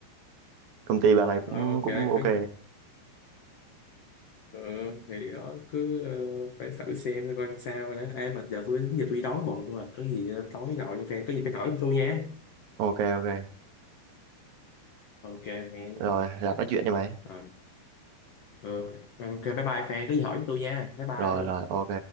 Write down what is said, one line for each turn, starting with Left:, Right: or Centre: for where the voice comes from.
Right: công ty bà
Left: à,
Right: này cũng
Left: thôi ok
Right: cũng ok
Left: có ừ, thì đó, cứ ờ, phải thử xem coi coi sao rồi đó Ê, mà giờ tôi giờ tôi đi đón bọn tôi à có gì ờ, tối gọi cho fan có gì phải hỏi tôi nha
Right: ok ok
Left: ok fan
Right: rồi làm nói chuyện cho mày
Left: Ờ, ừ. ok bye bye fan có gì hỏi tôi nha bye bye
Right: rồi rồi ok